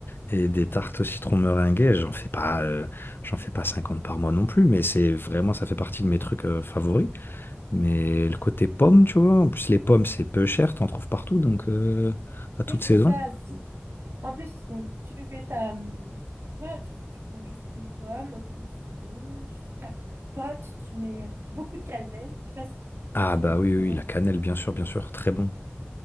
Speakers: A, on the left (about 55°); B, on the right (about 75°).
A: Et des tartes au citron meringuées, j'en fais pas, euh, j'en fais pas 50 par mois non plus, mais c'est vraiment, ça fait partie de mes trucs euh, favoris. Mais le côté pomme tu vois, en plus les pommes, c'est peu cher, t'en trouves partout, donc euh, à toute
B: Oui, c'est
A: saison.
B: ça. c'est- En plus, donc, tu fais ta... hum, Voilà, tu, tu prends juste tes pommes en toute saison, tu fais ta pote, tu mets beaucoup de cannelle. Je sais pas si
A: Ah
B: toi, tu
A: bah
B: mets beaucoup
A: oui,
B: de cannelle.
A: oui, oui, la cannelle, bien sûr,
B: Oui.
A: bien sûr, très bon.